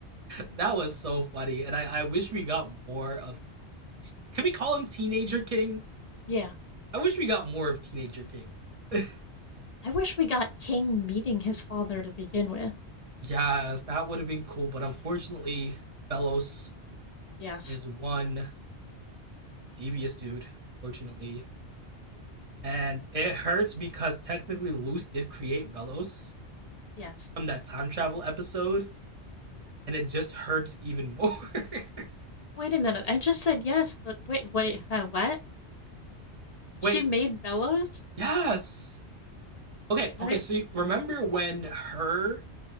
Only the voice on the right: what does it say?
That was so funny, and I, I wish we got more of. Can we call him Teenager King?
I wish we got more of Teenager King. <laughs>
yes, that would have been cool, but unfortunately, Belos
is one devious dude. Unfortunately, and it hurts because technically Luce did create Belos
from that time travel episode, and it just hurts even more. <laughs>
Wait,
yes. Okay,
okay.
So you remember when her